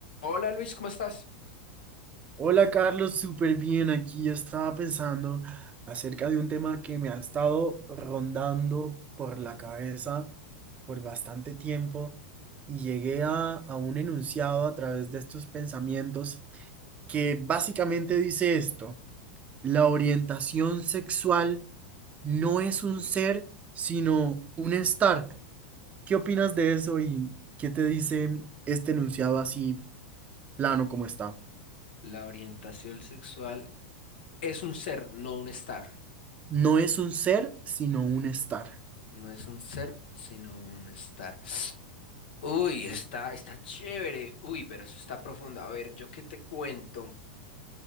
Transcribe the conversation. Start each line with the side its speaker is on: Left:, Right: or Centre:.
Left: Hola Luis, ¿cómo estás?
Right: Hola Carlos, súper bien aquí. Estaba pensando acerca de un tema que me ha estado rondando por la cabeza por bastante tiempo y llegué a, a un enunciado a través de estos pensamientos que básicamente dice esto, la orientación sexual no es un ser, sino un estar. ¿Qué opinas de eso y qué te dice este enunciado así plano como está?
Left: La orientación sexual es un ser, no un estar.
Right: No es un ser, sino un estar.
Left: No es un ser, sino un estar. Uy, está, está chévere. Uy, pero eso está profundo. A ver, ¿yo qué te cuento?